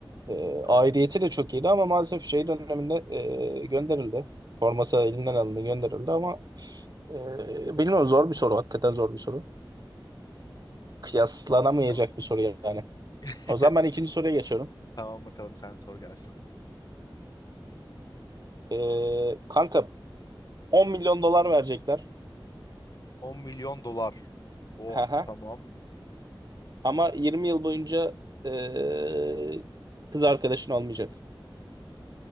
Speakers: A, on the right (about 50°); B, on the left (about 50°).
A: Ee,
B: Evet,
A: aidiyeti de çok iyiydi ama maalesef şey döneminde e, gönderildi. Forması elinden alındı gönderildi ama e, bilmiyorum zor bir soru. Hakikaten zor bir soru.
B: evet.
A: Kıyaslanamayacak
B: Tamam bakalım.
A: bir soru yani.
B: <laughs>
A: O zaman ben ikinci soruya geçiyorum.
B: Tamam bakalım sen sor gelsin.
A: Ee, kanka 10 milyon dolar verecekler.
B: 10 milyon dolar. Oh
A: Hı hı.
B: tamam.
A: Ama 20 yıl boyunca e, kız arkadaşın olmayacak.